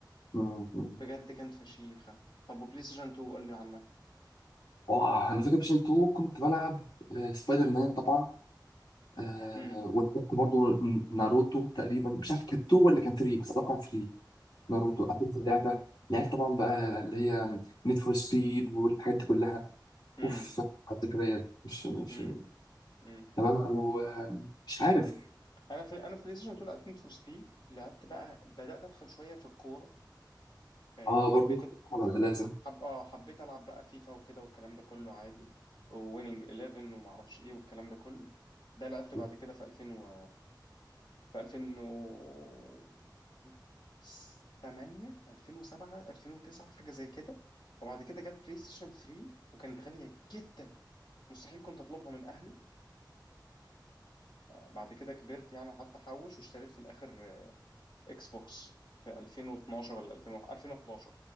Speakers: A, on the left; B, on the left.
A: مم، مم.
B: بجد كانت فشيخه طب وبلاي ستيشن 2 قول لي عنها
A: واه انا فاكر بيشن 2 كنت بلعب آه، سبايدر مان طبعا آه
B: امم
A: ولعبت برضه ن- ناروتو تقريبا مش عارف كانت 2 ولا كان 3 بس اتوقع 3 ناروتو قفلت اللعبه لعبت طبعا بقى اللي هي نيد فور سبيد والحاجات دي كلها
B: امم
A: اوف على الذكريات مش مش
B: امم مم.
A: تمام ومش عارف
B: مم. انا في انا في بلاي ستيشن 2 لعبت نيد فور سبيد لعبت بقى بدات ادخل شويه في الكوره فاهم
A: اه
B: حبيت
A: برضو الكورة ده لازم
B: حب اه حبيت العب بقى فيفا وكده والكلام ده كله عادي وويننج 11 وما اعرفش ايه والكلام ده كله ده لعبته
A: مم.
B: بعد كده في 2000 و... في 2008 2007 2009 حاجه زي كده وبعد كده جت بلاي ستيشن 3 وكانت غاليه جدا مستحيل كنت اطلبها من اهلي بعد كده كبرت يعني قعدت احوش واشتريت في الاخر اكس بوكس في 2012 ولا 2000 2011